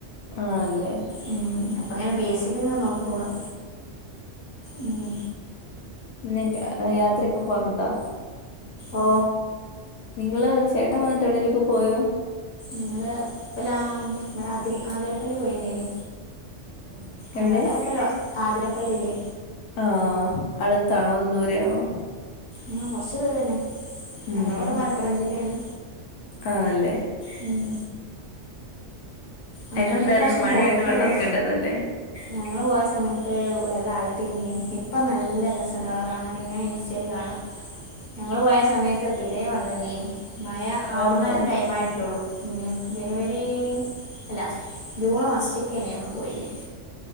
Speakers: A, on the left; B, on the left.
A: ആഹ് അല്ലേ.
B: ഉം അപ്പ അങ്ങനെ പി എസ് സി ക്ക് അങ്ങനെ നോക്കോളാം ഉം.
A: ഇന്നില്ല യാത്രയൊക്കെ പോവാറുണ്ടോ?
B: ഓ
A: നിങ്ങള് ചേട്ടൻ വന്നിട്ട് എവിടേലും ഒക്കെ പോയോ?
B: ഞങ്ങള് ഇപ്പൊ ലാ ഇവിടെ ആതി ആതിരപ്പള്ളി പോയിണ്ടേനി.
A: <unintelligible> എവിടെ
B: അങ്ങോട്ട് ആക്കല് എവിടെ ആതിരപ്പള്ളില്ലേ.
A: ആഹ് അടുത്താണോ അതോ ദൂരെയാണോ?
B: ആഹ് കൊറച്ച് ദൂരെത്തന്നെ,
A: ഉം
B: ഞങ്ങള് ഇവിടെ മലപ്പുറം ജില്ല ആണ്.
A: ആണല്ലേ?
B: ഞാൻ അങ്ങോട്ട്
A: എങ്ങനെണ്ടായിരുന്നു
B: ഈ പ്രാവശ്യം
A: മഴയായോണ്ട്
B: പോയിട്ടൊള്ളൂ.
A: വെള്ളമൊക്കെ ഉണ്ടായിരുന്നല്ലേ
B: ഞങ്ങള് പോയേ സമയത്ത് വെള്ളായിട്ടില്ലേനി ഇപ്പ നല്ല രസയുണ്ട് അവിടം കാണാന് ഇങ്ങനെ. ഇൻസ്റ്റായില് കാണാം, ഞങ്ങള് പോയ സമയത്ത് തീരെ വെള്ളയില്ലെനി. മഴയാവണെ
A: ആയിരുന്നോ
B: ഒരു ടൈം ആയിട്ടുള്ളൂ ഇനി ജനുവരി. അല്ല ജൂൺ ഫസ്റ്റ്ക്കെ തന്നെയാ ഞങ്ങൾ പോയേനി.